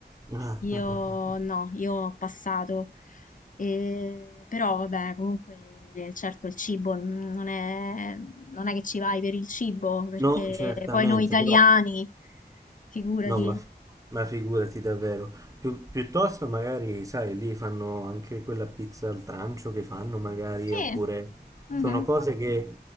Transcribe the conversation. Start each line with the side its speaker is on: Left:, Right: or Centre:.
Right: <laughs>
Left: Io no, io ho passato. E- però vabbè, comunque certo il cibo mm, non è, non è che ci vai per il cibo, perché
Right: No, certamente,
Left: poi noi italiani,
Right: però.
Left: figurati.
Right: No, ma, ma figurati davvero. Più- piuttosto magari, sai, lì fanno anche quella pizza al trancio che fanno magari,
Left: Sì,
Right: oppure
Left: mhm.
Right: sono cose che